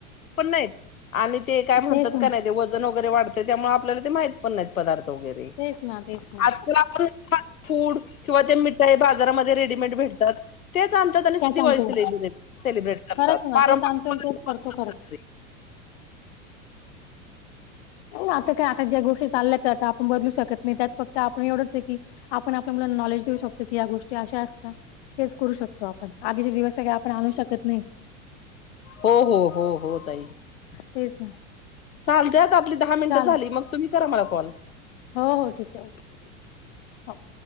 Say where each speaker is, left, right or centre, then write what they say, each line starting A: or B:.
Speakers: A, on the left; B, on the left.
A: पण नाहीत आणि ते काय म्हणतात
B: तेच ना,
A: का नाही ते, वजन वगैरे वाढतं त्यामुळे, आपल्याला ते माहित पण नाहीत पदार्थ. वगैरे
B: तेच ना, तेच ना.
A: आज काल आपण. फूड किंवा ते मिठाई बाजारामध्ये रेडीमेड भेटतात, तेच आणतात आणि
B: तेच
A: दिवाळी
B: आणतो
A: सेलिब्रेट. सेलिब्रेट करतात
B: खरंच ना
A: पारंपरिक
B: तेच आणतो,
A: पदार्थ
B: तेच
A: बनवतात
B: करतो खरंच.
A: घरी.
B: आता काय आता ज्या गोष्टी चालल्यात आता आपण बदलू शकत नाही. त्यात फक्त आपण एवढंच आहे की, आपण आपल्या मुलाना नॉलेज देऊ शकतो, की या गोष्टी अशा असतात. तेच करू शकतो आपण, आधीचे दिवस आपण आणू शकत नाही.
A: हो हो हो हो, ताई ताई.
B: तेच ना,
A: चालतंय आता आपली दहा मिनटं
B: चालेल.
A: झाली, मग तुम्ही करा मला कॉल.
B: हो हो ठीक आहेे, हो